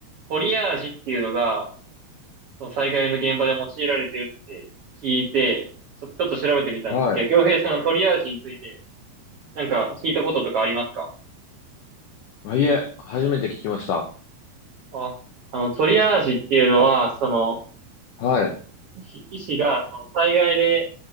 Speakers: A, on the right (about 75°); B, on the left (about 80°).
A: トリアージっていうのが、その災害の現場で用いられてるって聞いて、そちょっと調べてみたんですけど、
B: はい。
A: 京平さん、のトリアージについて、なんか聞いたこととかありますか
B: あ、いえ、初めて聞きました。
A: あ、あの、トリアージっていうのは、その、
B: はい。
A: 医師、医師が、その災害で、